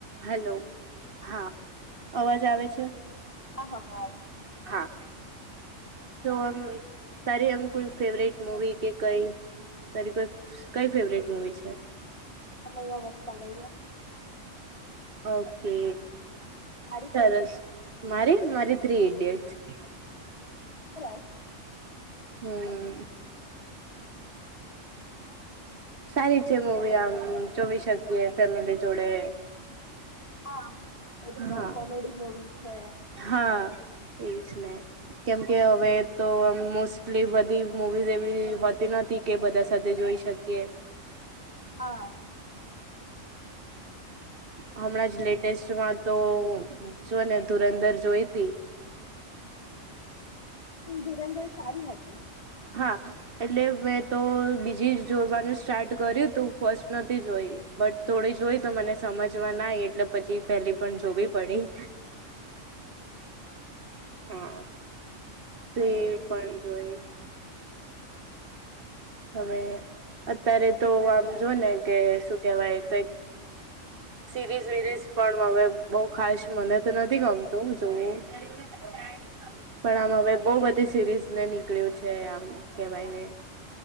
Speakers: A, on the right; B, on the left.
A: Hello હા અવાજ આવે છે.
B: હા હા હા આવે.
A: હા. તો આમ તારી આમ કોઈ ફેવરેટ મુવી કે કઈ તરી કોઈ કઈ ફેવરટ મુવી છે.
B: રમૈયા વસતાવૈયા.
A: ઓકે
B: સારી
A: સરસ.
B: કઈ
A: મારી મારી થ્રી ઇડિયોટ્સ.
B: ઓ હો સરસ.
A: હમ્મ. હમ્મ. સારી છે મુવી આમ જોવી શકીએ ફેમિલી જોડે.
B: હા મતલબ લાઈક
A: હા
B: કોમેડી મુવી છે.
A: હા એજ ને. કેમકે હવે તો મોસ્ટલી બધી મુવીઝ એવી હોતી નથી કે બધા સાથે જોઈ શકીએ.
B: હા.
A: હમણાં જ લેટેસ્ટમાં તો જો ને ધુરંધર જોઈતી.
B: અહીં ધુરંધર સારી હતી.
A: હા. એટલે મેં તો બીજી જ જોવાનું સ્ટાર્ટ કર્યું તો હું ફર્સ્ટ નથી જોઈ. બટ થોડી જોય તો મને સમજવા ના એટલે પછી પેલી પણ જોવી પડી.
B: <unintelligible>
A: હા તે
B: બરોબર
A: પણ જોય હવે અત્યારે તો આમ જો ને કે શું કેવાય કઈક સીરીઝ વિરીઝ પણ હવે બહું ખાસ મને તો નથી ગમતું જોવું <unintelligible> પણ આમ હવે બહું બધી સિરીઝ ને નીકળ્યું છે આમ કેવાય ને.